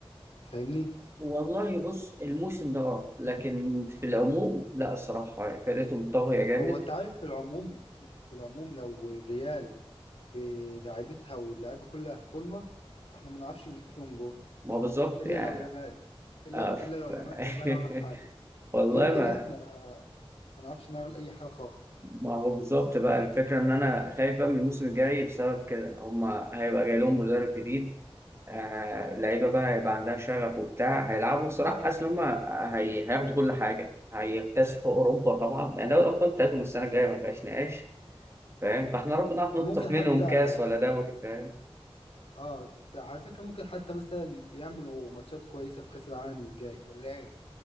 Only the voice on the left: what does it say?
فاهمني
هو أنت عارف في العموم في العموم لو الريال بلاعيبتها واللعيبة كلها في فورمة احنا ما نعرفش نجيب فيهم جون
إلا
لو يامال إلا
إلا لو لما-
يامال عمل حاجة
غير كده
احنا ما نعرفش نعمل أي حاجة خالص
ممكن حتى
اه ت- على فكرة ممكن حتى مثلا يعملوا ماتشات كويسة في كأس العالم الجاي ولا ايه